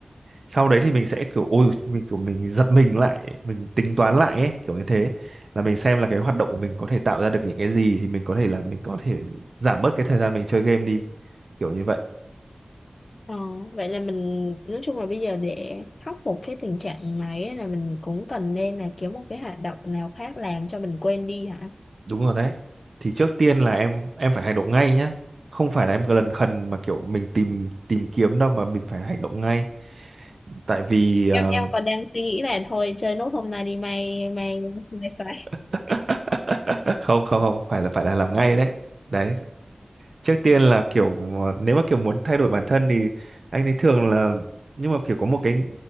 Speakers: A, on the right (about 75°); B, on the left (about 60°).
A: sau đấy thì mình sẽ kiểu ôi mình kiểu mình giật mình lại mình tính toán lại ấy kiểu như thế là mình xem là cái hoạt động của mình có thể tạo ra được những cái gì thì mình có thể là mình có thể giảm bớt cái thời gian mình chơi game đi kiểu như vậy
B: ờ, vậy là mình nói chung là bây giờ để khắc phục cái tình trạng này ấy là mình cũng cần nên là kiếm một cái hoạt động nào khác làm cho mình quên đi hả
A: đúng rồi đấy thì trước tiên là em em phải hành động ngay nhá không phải là em lần khần mà kiểu mình tìm tìm kiếm đâu mà mình phải hành động ngay tại vì ờ,
B: em em còn đang suy nghĩ là thôi chơi nốt hôm nay đi mày mày mày xài
A: <laughs> không không không phải là phải là làm ngay đấy đấy trước tiên là kiểu ờ, nếu mà kiểu muốn thay đổi bản thân thì anh thấy thường là nhưng mà kiểu có một cái